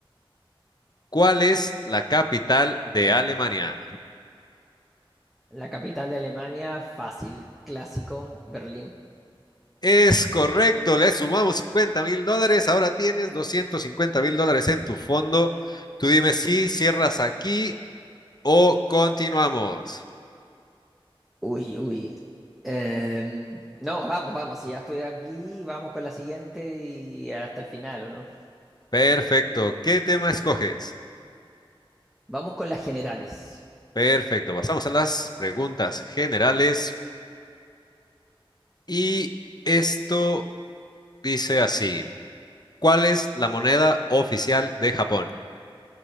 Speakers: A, on the left; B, in the centre.
A: ¿cuál es la capital de Alemania?
B: La capital de Alemania, fácil, clásico, Berlín.
A: Es correcto, le sumamos 50 mil dólares, ahora tienes 250 mil dólares en tu fondo. Tú dime si cierras aquí o continuamos.
B: Uy, uy. Em, no, vamos, vamos. Si ya estoy aquí, vamos con la siguiente y hasta el final, ¿o no?
A: Perfecto, ¿qué tema escoges?
B: Vamos con las generales.
A: Perfecto, pasamos a las preguntas generales. Y esto dice así, ¿cuál es la moneda oficial de Japón?